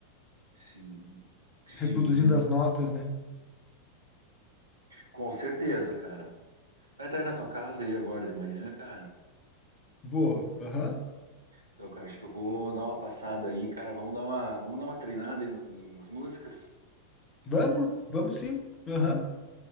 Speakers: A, on the right (about 75°); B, on the left (about 25°).
A: sim, sim,
B: Reproduzindo as notas, né?
A: Com certeza, cara. Vai estar aí na tua casa aí agora de manhã, cara.
B: Boa, aham.
A: Então, cara, acho que eu vou dar uma passada aí, cara. Vamos dar uma, vamos dar uma treinada aí nas, nas músicas.
B: Vamos, vamos sim, aham.